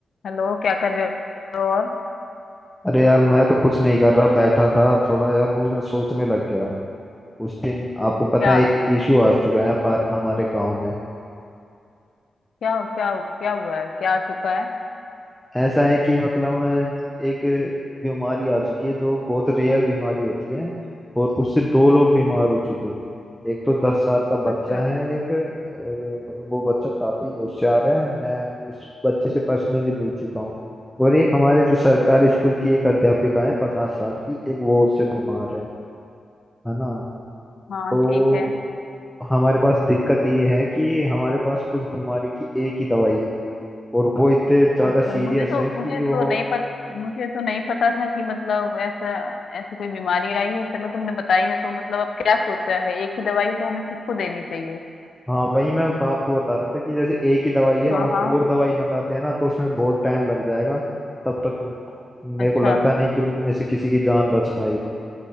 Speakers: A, on the left (about 70°); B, in the centre.
A: Hello क्या कर रहे हो और
B: अरे यार मैं तो कुछ नहीं कर रहा बैठा था थोड़ा यार वो मैं सोचने लग गया उस दिन आपको पता
A: क्या
B: है एक इशू आ चुका है पर हमारे गांव में
A: क्या क्या क्या हुआ है क्या आ चुका है
B: ऐसा है कि मतलब अ, एक बीमारी आ चुकी है जो बहुत रेयर बीमारी होती है और उससे दो लोग बीमार हो चुके हैं एक तो दस साल का बच्चा
A: अच्छा
B: है एक और मतलब वो बच्चा काफी होशियार है मैं उस बच्चे से पर्सनली मिल चुका हूँ और एक हमारे जो सरकारी स्कूल की एक अध्यापिका है पचास साल की एक वो उससे बीमार है है ना
A: हाँ
B: तो
A: ठीक है
B: हमारे पास दिक्कत ये है कि हमारे पास उस बीमारी की एक ही दवाई है और वो इतने ज्यादा
A: अच्छा
B: सीरियस
A: मुझे तो
B: है कि
A: मुझे तो
B: वो
A: नहीं पता मुझे तो नहीं पता था कि मतलब ऐसा ऐसी कोई बीमारी आई है चलो तुमने बताई है तो मतलब अब क्या सोचा है एक ही दवाई तो हमें किसको देनी चाहिए
B: हाँ वही मैं आपको बता रहा था कि जैसे एक ही दवाई है
A: हाँ
B: और
A: हाँ
B: और दवाई मंगाते हैं ना तो उसमें बहुत टाइम लग जाएगा तब तक मेरे
A: अच्छा
B: को लगता नहीं कि उनके में से किसी की जान बच पाएगी